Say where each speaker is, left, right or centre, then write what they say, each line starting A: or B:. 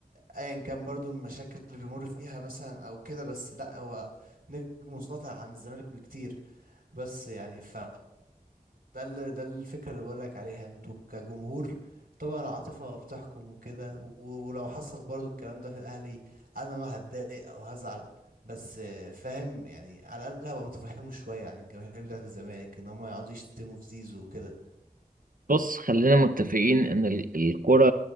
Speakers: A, on the right (about 85°); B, on the right (about 65°).
A: ايا كان برضو المشاكل اللي بيمر فيها مثلا او كده بس لا هو نجم مسيطر عن الزمالك بكتير بس يعني ف ده ال... ده الفكرة اللي بقولك عليها انتوا كجمهور طبعا العاطفة بتحكم وكده و- ولو حصل برضو الكلام ده في الأهلي أنا ما هتضايق أو هزعل بس فاهم يعني على الأقل هبقى متفهمه شوية عن الجماهير بتاعة الزمالك إن هم يقعدوا يشتموا في زيزو وكده
B: بص خلينا متفقين ان ال- الكرة